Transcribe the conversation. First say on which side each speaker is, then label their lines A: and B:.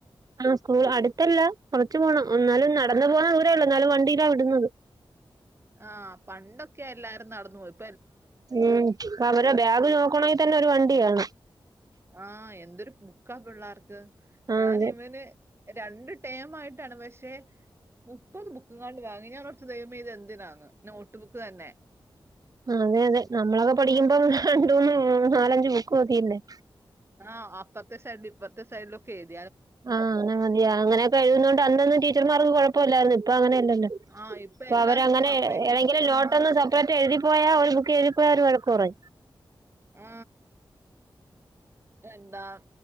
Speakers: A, on the right; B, on the right.
A: ആ സ്കൂൾ അടുത്തല്ല കുറച്ചു പോണം എന്നാലും നടന്നു പോണ ദൂ ള്ളൂ എന്നാലും വണ്ടീലാ വിടുന്നത്
B: ആഹ് പണ്ടൊ ഒക്കെ എല്ലാരും നടന്നു പോയി
A: ഉം ആപ്പ അവര ബാഗ് ചൊമ ക്കണമെങ്കിൽ തന്നെ ഒരു വണ്ടി വേണം
B: ആ എന്തൊരു ബുക്കാ പിള്ളാർക്ക്
A: ആ
B: ഞാൻ
A: അതെ
B: ഇവന് രണ്ട് ടേം ആയിട്ടാണ് പക്ഷെ മുപ്പത് ബു ങ്ങാണ്ട് വാങ്ങി ഞാൻ ഓർത്തു ദൈവമേ ഇത് എന്തിനാന്ന് നോട്ട് ബുക്ക് തന്നെ
A: അതെ അതെ നമ്മളൊക്കെ പഠിക്കുമ്പോ രണ്ടൂന്ന് നാലഞ്ച് ബുക്ക് മതിയില്ലേ
B: ആഹ് അപ്പത്തേ സൈഡ് ഇപ്പത്തേ സൈഡിലൊക്കെ എഴു
A: ആ അങ്ങന മതി അങ്ങനെയൊക്കെ എഴതുന്നോണ്ട് അന്ന് അന്ന് ടീച്ചർമാർക്ക് കുഴപ്പം ഇല്ലായിരുന്നു ഇപ്പ അങ്ങനെ അ
B: ആഹ് ഇപ്പ
A: അ
B: എല്ലാർക്കും
A: അവരങ്ങനെ
B: സെപ്പറേറ്റ്
A: ഏതെങ്കിലും
B: ബുക്ക്
A: നോട്ടൊന്ന്
B: വേണം.
A: സെപ്പറേറ്റ് എഴുതിപ്പോയാൽ ഒരു ബുക്ക് എഴുതിപ്പോയാ അവർ വഴ കുറേ
B: ആ എന്താ